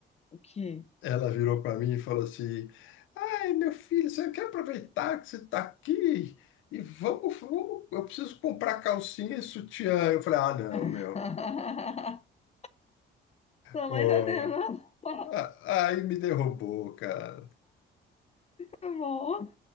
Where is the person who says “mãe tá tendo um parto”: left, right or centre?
Left